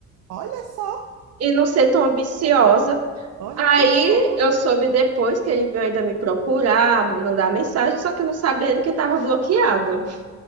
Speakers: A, on the right; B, on the right.
A: Olha só,
B: E não ser tão ambiciosa.
A: olha
B: Aí
A: só.
B: eu soube depois que ele veio ainda me procurar, mandar mensagem, só que não sabia ele que estava bloqueado.